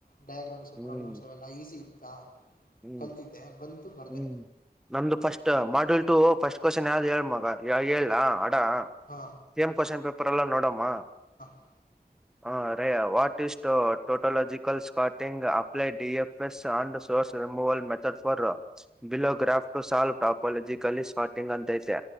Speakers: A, on the left; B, in the centre.
A: ಡಯಾಗ್ರಾಮ್ಸ್
B: ಹ್ಮ್
A: ಪ್ರಾಬ್ಲಮ್ಸ್ ಅವೆಲ್ಲ ಈಸಿ ಇತ್ತಾ.
B: ಹ್ಮ್
A: ಕಲ್ತಿದ್ದೆ ಬಂತು ಬರ್ದೆ
B: ಹ್ಮ್. ನಮ್ದು ಫಸ್ಟ್ ಮಾಡಲ್ ಟು ಫಸ್ಟ್ ಕ್ವಶನ್ ಯಾವ್ದ್ ಹೇಳ್ ಮಗ ಯ ಹೇಳ್ಲಾ ಅಡಾ.
A: ಹಾ
B: ಸೇಮ್ ಕ್ವೆಶ್ಚನ್ ಪೇಪರ್ ಅಲ್ಲ ನೋಡೋಮ.
A: ಹಾ.
B: ಹ್ಮ್ ರೇ what is tautological ಸ್ಕಾಟಿಂಗ್ apply D F S and source removal method for below graph ಸಾರ ತಾಪರ್ಲ್ಲಿ ಜ ಕಲಿ ಸ್ ಪಾರ್ಟಿಂಗ ಅಂತತೆ